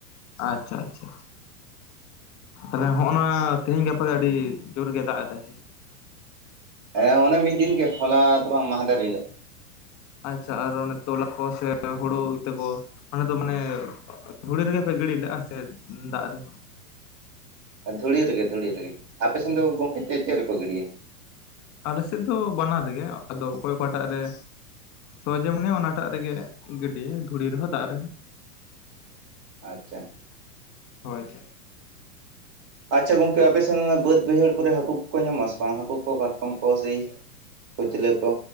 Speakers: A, on the left (about 40°); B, on the right (about 45°).
A: ᱟᱪᱪᱷᱟ ᱟᱪᱪᱷᱟ᱾ ᱛᱟᱦᱚᱞᱮ ᱦᱚᱸᱜᱼᱚ ᱱᱟ ᱛᱮᱦᱤᱧ ᱜᱟᱯᱟ ᱜᱮ ᱟᱹᱰᱤ ᱡᱳᱨᱜᱮ ᱫᱟᱜ ᱮᱫᱟᱭ᱾
B: ᱦᱮᱸ ᱚᱱᱮ ᱢᱤᱫ ᱫᱤᱱ ᱜᱮ ᱦᱚᱞᱟ ᱛᱚ ᱵᱟᱝ ᱢᱟᱱᱫᱷᱮᱨ ᱦᱤᱞᱳᱜ᱾
A: ᱟᱪᱪᱷᱟ ᱟᱨ ᱚᱱᱮ ᱛᱚᱞᱟ ᱠᱚ ᱥᱮ ᱦᱩᱲᱩ ᱤᱛᱟᱹ ᱠᱚ? ᱚᱱᱟ ᱫᱚ ᱢᱟᱱᱮ ᱫᱷᱩᱲᱤ ᱨᱮᱜᱮ ᱯᱮ ᱜᱤᱰᱤ ᱞᱮᱼᱟ ᱥᱮ ᱫᱟᱜ ᱨᱮ?
B: ᱫᱷᱩᱲᱤ ᱨᱮᱜᱮ ᱫᱷᱩᱲᱤ ᱨᱮᱜᱮ, ᱟᱯᱮ ᱥᱮᱱ ᱫᱚ ᱜᱚᱝᱠᱮ ᱪᱮ ᱪᱮᱫ ᱨᱮᱠᱚ ᱜᱤᱰᱤᱭᱟ?
A: ᱟᱞᱮᱥᱮᱫ ᱫᱚ ᱵᱟᱱᱟᱨ ᱨᱮᱜᱮ, ᱟᱫᱚ ᱚᱠᱚᱭ ᱚᱠᱟᱴᱟᱜ ᱨᱮ᱾ ᱥᱚᱦᱚᱡᱮ ᱢᱚᱱᱮᱭᱟ ᱚᱱᱟᱴᱟᱜ ᱨᱮᱜᱮ ᱜᱤᱰᱤ ᱭᱟᱭ ᱫᱷᱩᱲᱤ ᱨᱮᱦᱚᱸ ᱫᱟᱜ ᱨᱮᱦᱚᱸ᱾
B: ᱟᱪᱪᱷᱟ᱾
A: ᱦᱳᱭ᱾
B: ᱟᱪᱪᱷᱟ ᱜᱚᱝᱠᱮ, ᱟᱯᱮ ᱥᱮᱱ ᱚᱱᱟ ᱵᱟᱹᱫᱽ ᱵᱟᱹᱭᱦᱟᱹᱲ ᱠᱚᱨᱮ ᱦᱟᱹᱠᱩ ᱠᱚᱠᱚ ᱧᱟᱢᱚᱜ ᱟᱥᱮ ᱵᱟᱝ? ᱦᱟᱹᱠᱩ ᱠᱚ ᱠᱟᱴᱠᱚᱢ ᱠᱚ ᱥᱮᱭ ᱠᱩᱪᱞᱟᱹ ᱠᱚ᱾